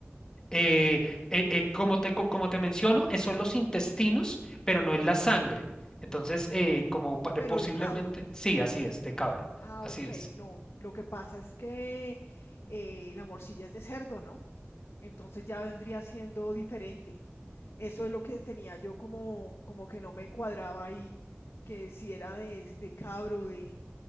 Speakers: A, on the left; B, on the left.
A: eh, eh, eh, como te, co- como te menciono, eh, son los intestinos, pero no es la sangre. Entonces, eh, como pa-
B: pero
A: posiblemente,
B: de cabro.
A: sí, así es, de cabro,
B: Ah,
A: así
B: ok,
A: es.
B: no. Lo que pasa es que eh, la morcilla es de cerdo, ¿no? entonces ya vendría siendo diferente. Eso es lo que tenía yo como, como que no me cuadraba ahí, que si era de, de cabro, de,